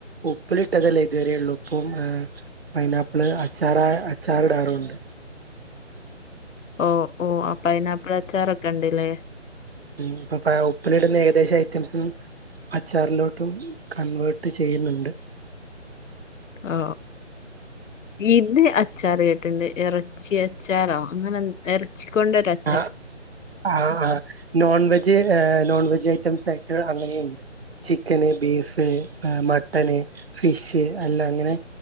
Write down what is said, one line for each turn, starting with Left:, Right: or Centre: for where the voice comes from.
Right: ഉപ്പിലിട്ടതല്ലെ ഇതുവരെയുള്ളൂ ഉപ്പും ഏഹ്- പൈനാപ്പിള് അച്ചാറാ അച്ചാറ്ടാറുണ്ട്
Left: ഓഹ് ഓഹ് അ പൈനാപ്പിള് അച്ചാറൊക്കെ ഇണ്ട്ലെ
Right: ഉം ഇപ്പൊ പ്പ ഉപ്പിലിടുന്ന ഏകദേശ ഐറ്റംസും അച്ചാറ്ലോട്ടും കൺവേർട്ട് ചെയ്യുന്നുണ്ട്
Left: ആഹ് ഇത് അച്ചാറ് കെട്ടുണ്ട് എറച്ചി അച്ചാറോ അങ്ങനെന്ന് എറച്ചിക്കൊണ്ടോര് അ
Right: ആഹ് ആഹ് ആഹ് നോൺ വെജ്ജ് അ നോൺ വെജ്ജ് ഐറ്റംസ് ആയിട്ട് അങ്ങനെയുണ്ട് ചിക്കന് ബീഫ് അ മട്ടന് ഫിഷ് അല്ലാം അങ്ങനെ